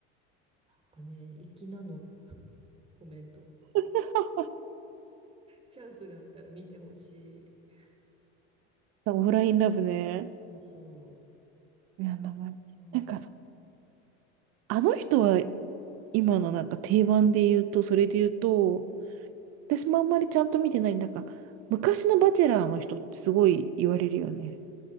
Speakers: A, on the right; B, on the right.
A: なんかね、粋なの、コメント。
B: <laughs>
A: チャンスがあったら見てほしい。
B: オフラインラブね。
A: そうそ
B: いや、名前。
A: う。うん。
B: なんかさ、あの人は今のなんか定番で言うと、それで言うと、
A: うん
B: 私もあんまりちゃんと見てない、なんか、昔のバチェラーの人ってすごい言われるよね。